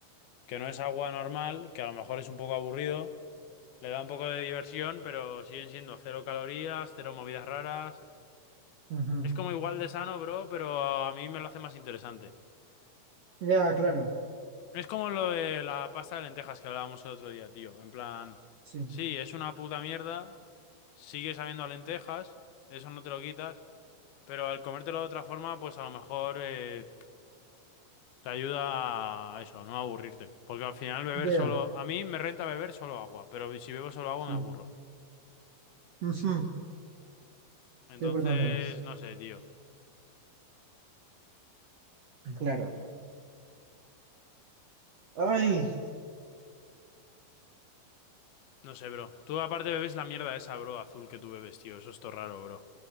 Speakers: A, on the left; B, on the right.
A: que no es agua normal, que a lo mejor es un poco aburrido, le da un poco de diversión, pero siguen siendo cero calorías, cero movidas raras.
B: Ujú.
A: Es como igual de sano, bro, pero a mí me lo hace más interesante.
B: Ya, claro.
A: Es como lo de la pasta de lentejas que hablábamos el otro día, tío. En plan,
B: Sí.
A: sí, es una puta mierda, sigue sabiendo a lentejas, eso no te lo quitas, pero al comértelo de otra forma, pues a lo mejor eh, te ayuda a eso, no aburrirte. Porque al final beber
B: Ya,
A: solo, a mí me renta beber solo agua, pero si bebo solo agua
B: sí.
A: me aburro.
B: Ujú.
A: Entonces,
B: Veo por dónde vas.
A: no sé, tío.
B: Claro. Ay,
A: No sé, bro. Tú aparte bebes la mierda esa, bro, azul que tú bebes, tío. Eso es todo raro, bro.